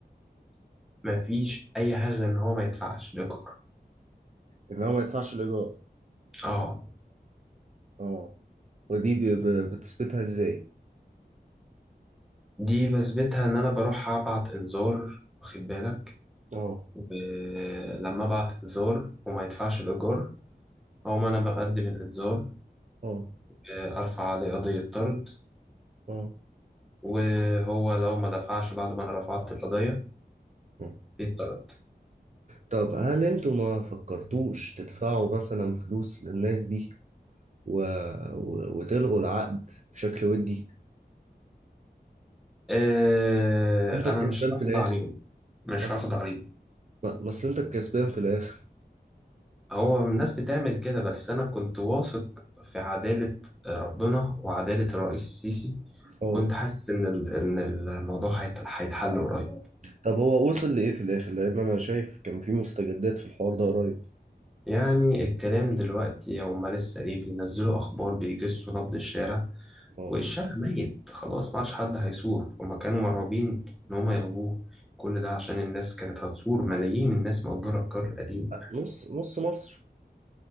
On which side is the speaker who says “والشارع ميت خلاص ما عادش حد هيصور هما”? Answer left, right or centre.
Centre